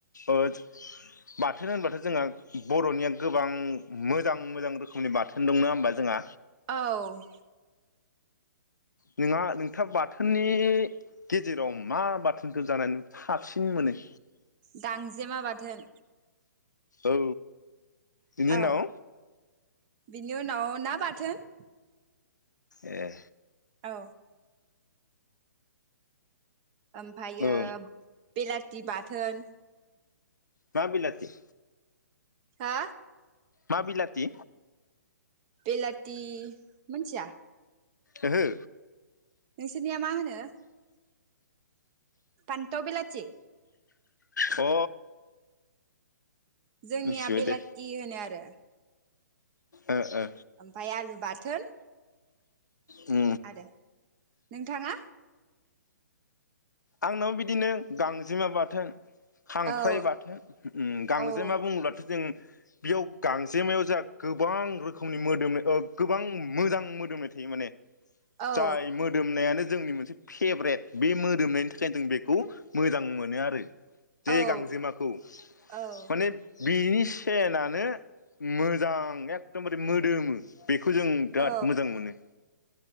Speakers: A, on the left; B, on the right.
A: ओ बाथोन होनबाथ' जोंहा बर'निया गोबां मोजां मोजां रोखोमनि बाथोन दं नङा होमबा जोंहा
B: औ
A: नोंहा नोंथां बाथोननि गेजेराव मा बाथोनखो जानानै साबसिन मोनो
B: गांजेमा बाथोन
A: औ बिनि उनाव
B: औ बिनि उनाव ना बाथोन
A: ए
B: औ ओमफायो
A: औ
B: बेला हि बाथोन
A: मा बिलाथि
B: हा
A: मा बिलाथि
B: बिलाथि मोनथिया
A: ओहो
B: नोंसोरनिया मा होनो फान्थाव बिलाथि
A: अ
B: जोंनिया
A: मिथिबाय
B: बिलाथि
A: दे
B: होनो आरो
A: ओ ओ
B: ओमफाय आलु बाथोन
A: उ
B: आरो नोंथाङा
A: आंनाव बिदिनो गांजेमा बाथोन खांख्राइ
B: औ
A: बाथोन गांजेमा
B: औ
A: बुङोब्लाथ' जों बेयाव गांजेमायाव जोंहा गोबां रोखोमनि मोदोमो ओ गोबां मोजां मोदोमनाय थायो माने
B: औ
A: जाय मोदोमनायानो जोंनि मोनसे फेब्रेट बे मोदोमनायनि थाखायनो जों बेखौ मोजां मोनो आरो जे
B: औ
A: गांजेमाखौ
B: औ
A: माने बिनि सेनानो मोजां एक दमबारे मोदोमो बेखौ जों बिराद
B: औ
A: मोजां मोनो।